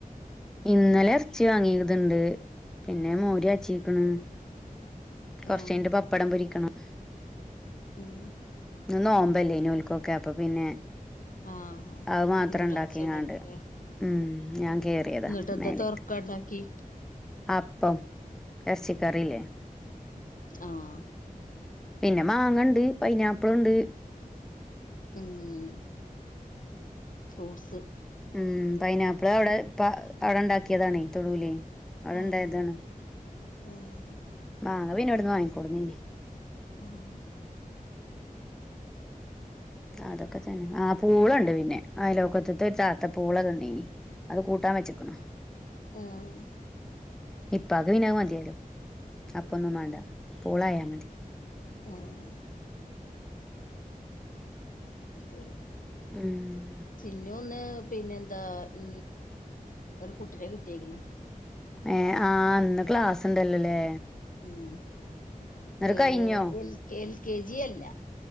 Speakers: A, in the centre; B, on the left.
A: ഇന്നലെ ഇറച്ചി വാങ്ങിയതുണ്ട് പിന്നെ മോര്യാച്ചീക്കണ് കൊറച്ചന്റെ
B: ഏഹ്
A: പപ്പടം പിരിക്കണം
B: ഉം
A: ഒന്ന് ഓമ്പല്ലേ ഇനി ഉൽക്കൊക്കെ അപ്പൊ പിന്നെ
B: ആഹ്
A: അത് മാത്രം
B: തിങ്കളാഴ്ചയാണല്ലോല്ലേ
A: ഉണ്ടാക്കിയങ്ങണ്ട് ഉ ഞാൻ കേറിയതാ
B: എന്നിട്ട്ന്താ
A: മേലേക്ക്
B: തൊറക്ക ഉണ്ടാക്കി
A: അപ്പം ഇറച്ചിക്കറിയില്ലേ
B: ആഹ്
A: പിന്നെ മാങ്ങ ഇണ്ട് പൈനാപ്പിള് ഇണ്ട്
B: മ്മ് മ്മ് ഫ്രൂട്ട്സ്
A: ഉം പൈനാപ്പിള് അവിടെ അവിടെ ഉണ്ടാക്കിയതാണ തൊടുവൽ അവിടെ
B: ഏഹ്
A: ഇണ്ടായതാണ്
B: ആഹ്
A: മാാങ്ങ പിന്നവിടുന്ന് വാങ്ങിക്കോടന്ന
B: ആഹ് അ ആഹ്
A: അതൊക്കെ തന്നെ ആഹ് പൂളണ്ട് പിന്നെ അയലോക്കത്തെ ഒരു താത്ത പൂള തന്നിന് അത് കൂട്ടാൻ വെച്ച്ക്ക്ണ്
B: ഏഹ്
A: ഇപ്പാക്ക് പിന്നെ അത് മതിയല്ലോ അപ്പൊന്നും വേണ്ട പൂളായ മതി
B: ആഹ് <unintelligible>
A: മ്മ്
B: ചിന്നു ഇന്ന് പിന്നെ എന്താ ഇ ഒരു കുട്ടിനെ കിട്ടിയേക്കണ്
A: ഏഹ് ആഹ് ഇന്ന് ക്ലാസ് ഇണ്ടല്ലല്ലേ
B: മ്മ് ഏഹ്
A: കഴിഞ്ഞോ
B: L K L K G അല്ല